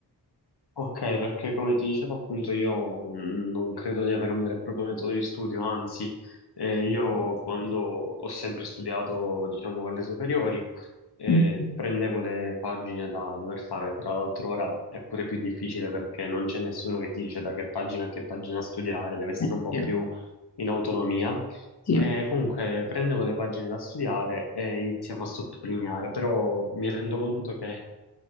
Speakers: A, on the left; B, on the left.
A: Ok, perché come ti dicevo appunto io mh, non credo di avere un vero e proprio metodo di studio, anzi eh, io quando ho sempre studiato diciamo alle superiori eh,
B: Mhm.
A: prendevo le pagine da dover fare, tra l'altro ora è pure più difficile perché non c'è nessuno che ti dice da che pagina a che pagina studiare, deve essere
B: Eh,
A: un po'
B: sì,
A: più in autonomia.
B: sì.
A: Eh, comunque prendevo le pagine da studiare e iniziavo a sottolineare, però mi rendo conto che